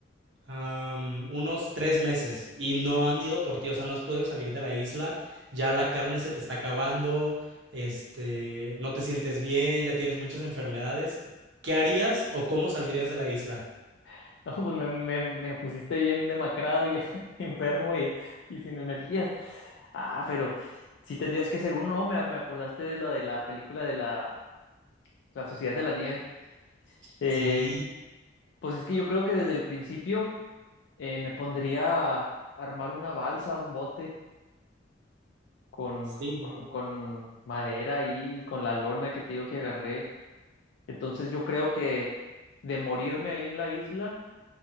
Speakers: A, on the right; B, on the left.
A: am, unos tres meses y no han ido por ti, o sea, no has podido salir de la isla, ya la carne se te está acabando, este, no te sientes bien, ya tienes muchas enfermedades. ¿Qué harías o cómo saldrías de la isla?
B: <laughs> No, pues me, me- me pusiste bien demacrado y <laughs> enfermo y, y sin energías. Ah, pero sí tendrías que ser uno, ¿no? Me, me acordaste de lo de la película de la, la Sociedad de la Nieve. Eh,
A: Sí,
B: pues es que yo creo que desde el principio eh, me pondría a armar una balsa, un bote con,
A: sí,
B: con,
A: no,
B: con madera ahí y con la lona que te digo que agarré. Entonces yo creo que de morirme ahí en la isla